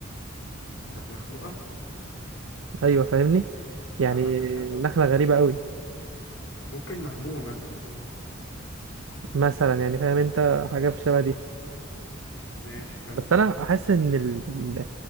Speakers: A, on the left (about 70°); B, on the right (about 80°).
A: كانت مخنوقة
B: ايوه فاهمني
A: كانت
B: يعني
A: عندها امتحانات ولا
B: نخله
A: ايه
B: غريبه قوي
A: ممكن مهمومة مثلا
B: مثلا يعني فاهم انت حاجه في الشبه دي
A: ماشي كم
B: بس انا احس ان ال... ال-